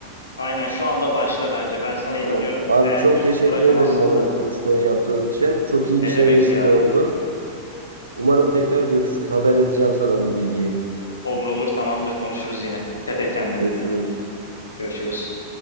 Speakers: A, on the left; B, on the right.
A: Aynen şu anda başla bence. Ben sana
B: Tamam.
A: inanıyorum.
B: Abi
A: Eğer
B: çok
A: ki
B: teşekkür
A: bırakamazsan
B: ederim bana
A: da
B: bu konuşmayı yaptığın için. Çok
A: ne
B: iyi bir şeye
A: demek
B: vesile
A: ya?
B: oldun. Umarım tekrar görüşürüz. Haber edeceğim sana bu bilgiyi.
A: Olur olur tamamdır konuşuruz yine.
B: Tamam.
A: Dikkat et kendine.
B: Görüşürüz.
A: Görüşürüz.